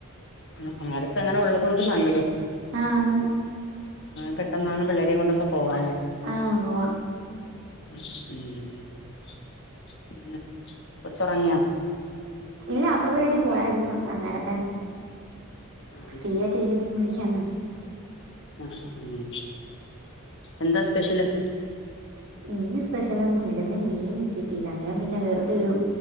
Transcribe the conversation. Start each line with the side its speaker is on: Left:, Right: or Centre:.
Left: ആ ആ അടുത്ത അങ്ങനെ ഉള്ളത കൊണ്ട് നല്ലത്
Right: ആന്ന്
Left: പെട്ടന്നാണ് പിള്ളേരയും കൊണ്ടൊക്കെ പോവാല്ലേ
Right: ആഹ് പോവാ
Left: ഉം ഉം <unintelligible> കൊച്ചോറങ്ങിയൊ
Right: ഇല്ല അപ്പുറത്തെ വീട്ടിൽ പോയായിരുന്നു അങ്ങേര
Left: ആ
Right: ഫ്രീ ആയിട്ടിരിക്കു <unintelligible>
Left: ആഹ് ഉം എന്താ സ്പെഷ്യല്
Right: ഇന്ന് സ്പെഷലൊന്നു ന്ന് മീൻ കിട്ടീല്ല ഞ ഞാൻ പിന്നെ വെറുതെ ഒരു